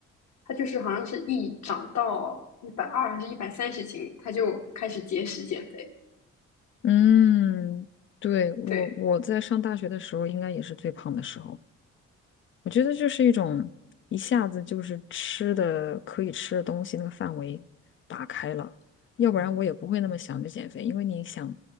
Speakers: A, on the left (about 65°); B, on the left (about 40°).
A: 他就是好像是一长到一百二还是一百三十斤，他就开始节食减肥。
B: 嗯，对，我我在上大学的时候应该也是最胖的时候。
A: 对，
B: 我觉得就是一种一下子就是吃的可以吃的东西那个范围打开了，要不然我也不会那么想着减肥，因为你想